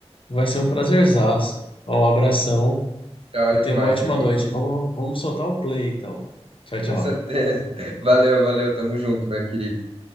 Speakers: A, on the left; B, on the right.
A: Vai ser um prazerzaço. Um abração
B: Da hora
A: e tenha
B: demais,
A: uma ótima
B: meu irmão.
A: noite.
B: Tamo
A: Vamos,
B: junto.
A: vamos soltar o play, então. Tchau, tchau.
B: Com certeza. <laughs> Valeu, valeu. Tamo junto, meu querido.